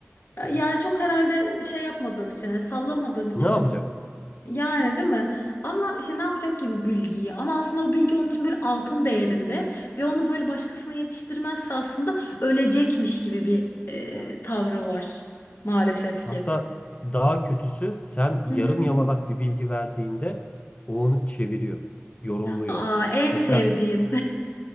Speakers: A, on the left; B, on the left.
A: E,
B: Ya.
A: Yani çok herhalde şey yapmadığım için, yani sallamadığım için
B: Ne yapacak?
A: çok yani değil mi? Ama işte ne yapacak ki bu bilgiyi? Ama aslında o bilgi onun için böyle altın değerinde ve onu böyle başkasına yetiştirmezse aslında ölecekmiş gibi bir e,
B: Evet.
A: tavrı var maalesef ki.
B: Hatta daha kötüsü sen yarım
A: Hı hı.
B: yamalak bir bilgi verdiğinde o onu çeviriyor, yorumluyor.
A: Aa, en
B: Mesela
A: sevdiğim.